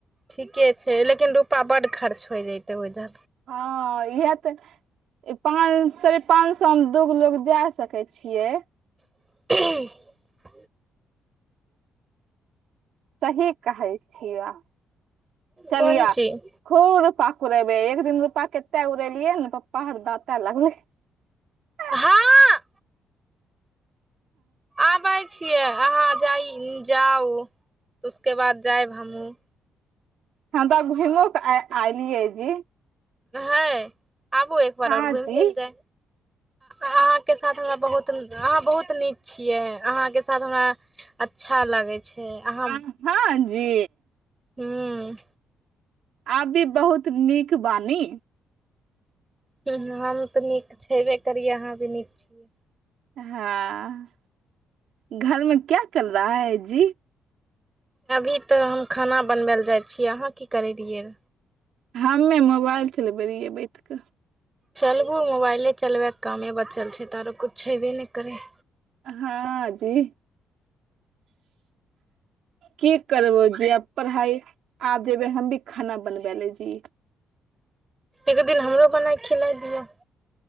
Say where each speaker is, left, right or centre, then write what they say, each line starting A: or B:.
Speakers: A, on the right; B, on the right.
A: ठीके छै लेकिन रुपा बड खर्च होइ जतै ओहिज
B: हँ इह तऽ पाँच साढ़े पाँच सएमे दू गो लोग जा सकै छियै
A: <unintelligible>
B: सही कहै छिय चलिया
A: कोन चीज
B: खूब रूपा उड़ेबे एक दिन रुपा कते उड़ेलियै ने पप्पा हरदते लगलै ह
A: हँ आबै छियै अहाँ जाइ जाउ उसके बाद जायब हमहूँ
B: हम तऽ घुमो कऽ आ अयलियै जी
A: ह आबू एक बार
B: हँ
A: आओर घुमि
B: जी
A: लेल ल जाइ अहाँके साथ हमरा बहुत अहाँ बहुत नीक छियै अहाँके साथ हमरा अच्छा लागै छै अहाँ
B: हँ जी
A: हूँ
B: आब भी बहुत नीक बानी।
A: ह हम तऽ नीक छेबे करियै अहाँ भी नीक छियै।
B: <inaudible> हँ घरमे क्या चल रहा है जी <inaudible>
A: अभी तऽ हम खाना बनबै लए जाइ छियै अहाँ की करै रहियै
B: हमे मोबाइल चलबै रहियै बैठ कऽ
A: चलबू मोबाइले चलबैके कामे बचल छै तऽ आरो किछु छेबे नहि करै
B: हँ जी की करबो जी आब पढ़ाई आब जेबै हम भी खाना बनबै लेय जी
A: एक दिन हमरो बनाक खिला दिअ